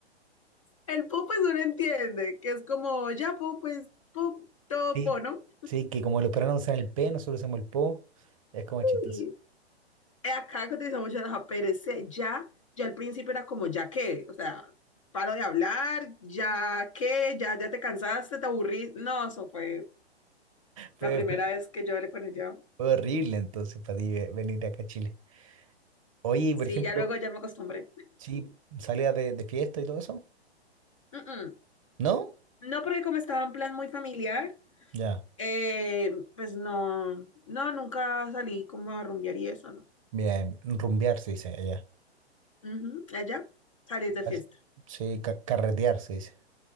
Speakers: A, on the left (about 30°); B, on the right (about 30°).
A: el po pues uno entiende, que es como, ya po, pues, po, todo
B: sí,
A: po, ¿no?
B: sí, que como los peruanos usan el P, nosotros usamos el po, es como chistoso.
A: Y acá que utilizamos mucho la pero ese ya, ya al principio era como, ya que, o sea, paro de hablar, ya que, ya, ya te cansaste, te aburrí. No, eso fue
B: <laughs> Fue,
A: la primera
B: fue-
A: vez que yo hablé con él ya.
B: fue horrible entonces para ti ve- venir acá a Chile. Oye, y por
A: Sí,
B: ejemplo,
A: ya luego ya me acostumbré.
B: sí, salías de, de fiesta y todo eso,
A: Mm, mm.
B: ¿no?
A: No, porque como estaba en plan muy familiar,
B: Ya,
A: eh, pues no, no, nunca salí como a rumbear y eso, ¿no?
B: bien, rumbear se dice allá.
A: Ujú, Allá, salís de fiesta,
B: As- Sí, ca- carretear se dice.